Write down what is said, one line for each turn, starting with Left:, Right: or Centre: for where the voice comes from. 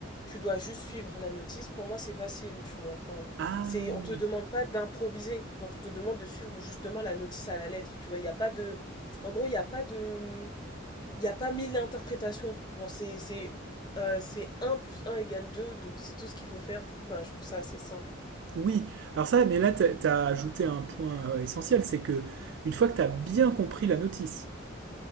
Left: tu dois juste suivre la notice, pour moi, c'est facile, tu vois. Enfin,
Right: Ah
Left: c'est, on te demande pas d'improviser. Genre, on te demande de suivre justement la notice à la lettre. Tu vois, il n'y a pas de. En gros, il n'y a pas de il n'y a pas mille interprétations. Genre, c'est, c'est, euh, c'est un plus un égale deux donc c'est tout ce qu'il faut faire. Du coup, ben, je trouve ça assez simple.
Right: oui. Alors ça, mais là, t'as, t'as ajouté un point euh, essentiel, c'est que une fois que t'as bien compris la notice,